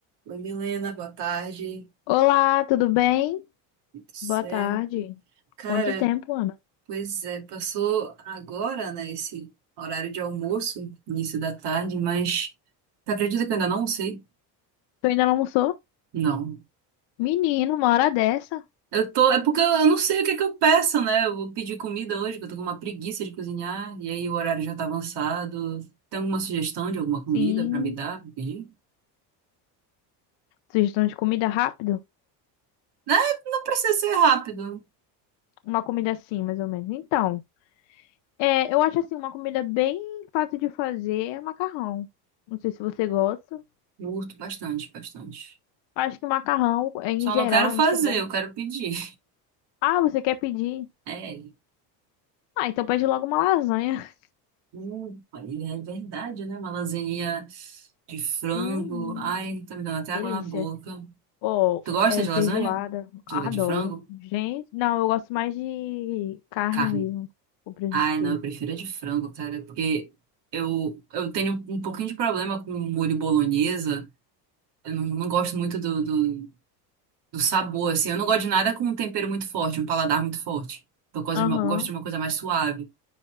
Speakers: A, on the right; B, on the left.
A: Oi, Milena, boa tarde.
B: Olá, tudo bem?
A: Tudo certo?
B: Boa tarde.
A: Cara,
B: Quanto tempo, Ana?
A: pois é, passou agora, né, esse horário de almoço, início da tarde, mas tu acredita que eu ainda não sei?
B: Tu ainda não almoçou?
A: Não.
B: Menino, uma hora dessa?
A: Eu tô, é porque eu não sei o que é que eu peço, né? Eu vou pedir comida hoje, porque eu tô com uma preguiça de cozinhar, e aí o horário já tá avançado. Tem alguma sugestão de alguma comida
B: Sim.
A: pra me dar, pra pedir?
B: Sugestão de comida rápido?
A: Né? Não precisa ser rápido.
B: Uma comida assim, mais ou menos. Então, é, eu acho assim, uma comida bem fácil de fazer é macarrão. Não sei se você gosta.
A: Eu Curto bastante, bastante.
B: Acho que macarrão, é, em
A: Só
B: geral,
A: não quero fazer,
B: é muito bom.
A: eu quero pedir.
B: Ah, você quer pedir?
A: <laughs> É.
B: Ah, então pede logo uma lasanha. <laughs>
A: Hum, é verdade, né? Uma lasaninha de frango.
B: Hum,
A: Ai, tá me dando até água
B: delícia.
A: na boca.
B: Ou
A: Tu gosta
B: é,
A: de
B: feijoada,
A: lasanha? De,
B: adoro.
A: de frango?
B: Gente, não, eu gosto mais de carne
A: Carne.
B: mesmo, com presunto
A: Ai,
B: de queijo.
A: não, eu prefiro a de frango, cara, porque eu, eu tenho um pouquinho de problema com molho bolonhesa. Eu não, não gosto muito do, do, do sabor, assim. Eu não gosto de nada com um tempero muito forte, um paladar muito forte. Eu gosto
B: Aham.
A: de uma, gosto de uma coisa mais suave.